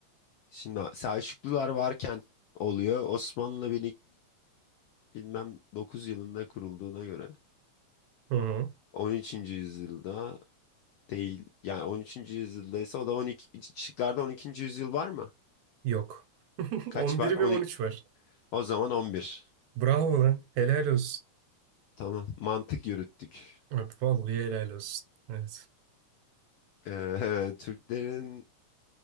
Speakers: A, on the left; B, on the right.
A: Şimdi Selçuklular varken oluyor. Osmanlı bilmem 9 yılında kurulduğuna göre
B: Hı hı.
A: on üçüncü yüzyılda değil. Yani 13. yüzyıldaysa o da 12. şıklarda 12. yüzyıl var mı?
B: Yok. <laughs>
A: Kaç
B: 11
A: var? On
B: ve on
A: iki.
B: üç var.
A: o zaman 11.
B: Bravo lan. Helal olsun.
A: Tamam. Mantık yürüttük.
B: Abi vallahi helal olsun. Evet.
A: Ee, <laughs> Türklerin